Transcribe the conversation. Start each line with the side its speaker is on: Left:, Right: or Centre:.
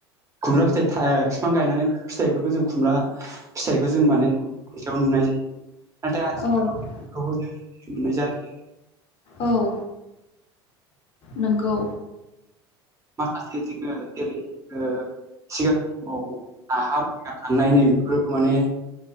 Right: खुमब्रा फिथाइ था बिफां गायनानै फिथाइफोरखौ जों खुमब्रा फिथाइ खो जों माने बेयाव नुनाय जायो नाथाय आथिखालखौबो
Left: औ
Right: जों नुनाय जायो।
Left: औ नोंगौ।
Right: माखासे जोङो जेरै ओ सिगांनि समाव नाहाम मैहाम थांनायनि बेफोर माने